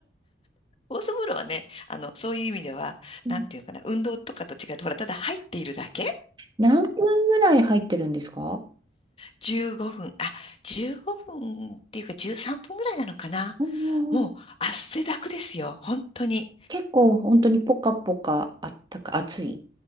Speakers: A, on the left (about 30°); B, on the right (about 25°).
A: オーソブロはね、あの、そういう意味では、
B: うん
A: なんていうのかな、運動とかと違って、ほら、ただ入っているだけ
B: 何分ぐらい入ってるんですか
A: ?15 分、あ、15分っていうか13分ぐらいなのかな
B: お
A: もう汗だくですよ。
B: ー
A: 本当に。
B: 結構本当にポカポカあったか暑い